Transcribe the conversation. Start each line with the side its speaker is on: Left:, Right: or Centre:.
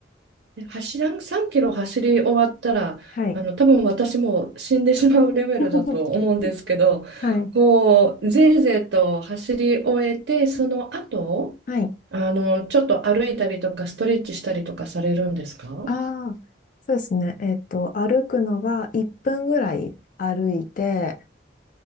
Right: で走らん、3キロ走り終わったら、
Left: はい。
Right: あの、多分私も死んでしまうレベルだと思うんですけど、
Left: <laughs> はい。
Right: こう、ぜいぜいと走り終えて、その後、
Left: はい。
Right: あの、ちょっと歩いたりとか、ストレッチしたりとかされるんですか
Left: ああ、そうですね。えっと、歩くのは1分ぐらい歩いて、